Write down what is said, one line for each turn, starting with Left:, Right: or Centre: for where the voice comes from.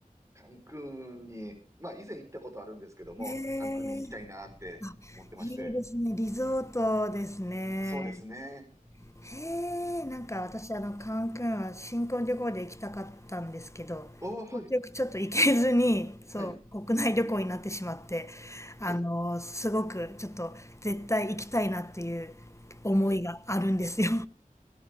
Right: カンクンに、まあ以前行ったことあるんですけども、
Left: ー
Right: カンクンに行きたいなって思ってまして、
Left: あ、いいですね。リゾートですね。
Right: そうですね。
Left: へえ、なんか私あのカンクンは新婚旅行で行きたかったんですけど、
Right: えあはい。
Left: 結局ちょっと行けずに、
Right: うん、
Left: そう、
Right: はい。
Left: 国内旅行になってしまって、
Right: うん、はい。
Left: あの、すごくちょっと絶対行きたいなっていう思いがあるんですよ。
Right: はい。